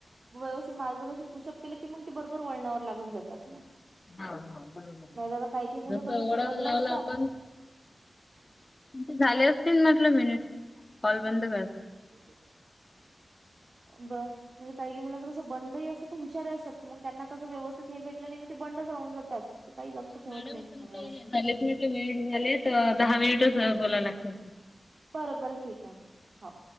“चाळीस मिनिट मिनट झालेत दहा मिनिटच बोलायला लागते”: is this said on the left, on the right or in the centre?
Left